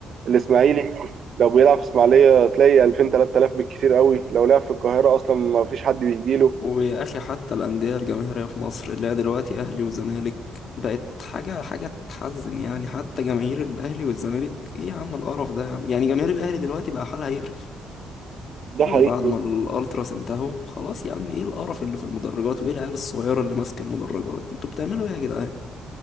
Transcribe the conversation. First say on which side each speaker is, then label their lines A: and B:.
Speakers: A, on the right; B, on the left.
A: الاسماعيلي لو بيلعب في اسماعيليه تلاقي 2000 3000 بالكثير قوي لو لعب في القاهره اصلا ما فيش حد بيجيله
B: ويا اخي حتى الانديه الجماهيريه في مصر اللي هي دلوقتي اهلي وزمالك بقت حاجه حاجه تحزن يعني حتى جماهير الاهلي والزمالك ايه يا عم القرف ده يا عم يعني جماهير الاهلي دلوقتي بقى حالها يقرف
A: ده
B: من
A: حقيقي
B: بعد ما الالتراس انتهوا خلاص يا عم ايه القرف اللي في المدرجات وايه العيال الصغيره اللي ماسكه المدرجات انتوا بتعملوا ايه يا جدعان